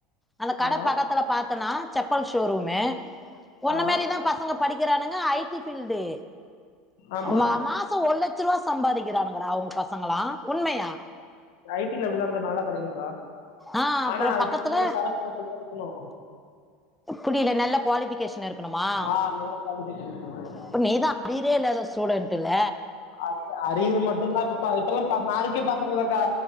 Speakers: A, in the centre; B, on the left.
A: அந்த கட
B: ஆ
A: பக்கத்துல பாத்தன்னா செப்பல் ஷோரூமு ஒன்ன
B: ஆ
A: மாரிதா பசங்க படிக்கிறானுங்க ஐ டி ஃபீடு
B: ஆமா
A: மா மாசோ ஒரு லட்ச ரூவா சம்பாதிக்கிறானுங்கடா உ பசங்களா உண்மையா
B: ஐ டில அப்டிதாங்க்கா நல்லா கெடைக்குங்க்கா
A: ஆ அப்புறோ
B: ஆனா அதுக்தகுந்த
A: பக்கத்துல
B: மாரி சரக்கு நம்மள்ட்ட இருக்கனு
A: புரில நல்ல குவாலிஃபிகேஷன் இருக் கணுமா
B: ஆ நல்ல குவாலிட்டி டிவி குடுக்கணும்
A: இப்ப நீதா அறியறே இல்லாத ஸ்டூடென்ட் இல்ல
B: அர் அரியர் மட்டுந்தா ப்ப இப்பல்லா ப மார்க்கே பாக்றதுல்லக்கா